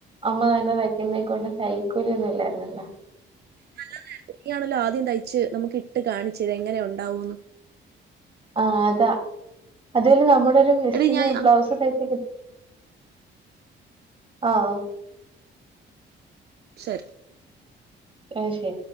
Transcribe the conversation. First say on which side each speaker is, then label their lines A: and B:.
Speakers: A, on the right (about 30°); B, on the right (about 55°).
A: അമ്മ തന്നെ തയ്ക്കുന്നേക്ക കൊണ്ട് തൈക്കൂലി ഒന്നും ഇല്ലായിരുന്ന
B: നല്ലത ഇയാണല്ലോ ആദ്യം തയ്ച്ച് നമുക്ക് ഇട്ട് കാണിച്ചെര എങ്ങനെ ണ്ടാവോന്ന്
A: ആ അതാ അതല നമ്മ നരു മെസ്സിന്
B: എടി ഞാൻ
A: ബ്ലൗസ്തൈപിക്
B: അങ്ങോട്ട്
A: ആഹ്
B: ശരി
A: ആഹ് ശരി